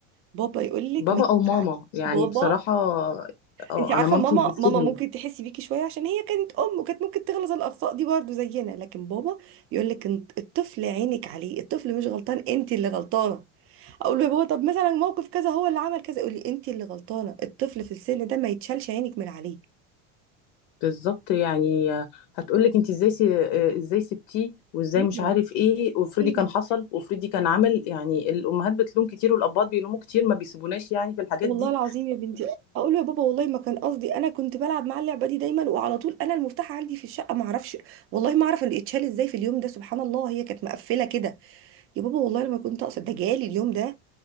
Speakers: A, on the right; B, on the left.
A: بابا يقول لك
B: بابا
A: ما
B: او ماما
A: ينفعش
B: يعني
A: بابا
B: بصراحه اه
A: انت عارفه
B: انا مامتي
A: ماما
B: مش بتسيبني
A: ماما ممكن تحسي بيكي شويه عشان هي كانت ام وكانت ممكن تغلط الاخطاء دي برضو زينا لكن بابا يقول لك انت الطفل عينك عليه الطفل مش غلطان انت اللي غلطانه اقول له يا بابا طب مثلا موقف كذا هو اللي عمل كذا يقول لي انت اللي غلطانه الطفل في السن ده ما يتشالش عينك من عليه
B: بالظبط يعني هتقولك انت ازاي س... ازاي سبتيه وازاي
A: ايوه
B: مش عارف ايه وافرضي
A: ايوه
B: كان حصل وافرضي كان عمل يعني الامهات بتلوم كتير والاباء بيلوموا كتير ما بيسيبوناش يعني في الحاجات
A: والله
B: دي
A: العظيم يا بنتي اقول له يا بابا والله ما كان قصدي انا كنت بلعب مع اللعبه دي دايما وعلى طول انا المفتاح عندي في الشقه ما اعرفش والله ما اعرف اللي اتشال ازاي في اليوم ده سبحان الله هي كانت مقفله كده يا بابا والله لما كنت اقصد ده جالي اليوم ده